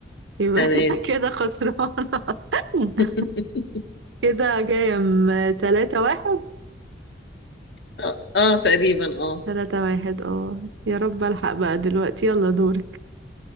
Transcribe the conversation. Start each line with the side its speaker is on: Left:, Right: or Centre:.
Right: يبقى
Left: تمام
Right: <laughs> أنا كده خسران <laughs>
Left: <laughs>
Right: كده كام تلاتة واحد
Left: اه آه، تقريبا اه
Right: تلاتة واحد اه يا رب ألحق بقى دلوقتي يلا دور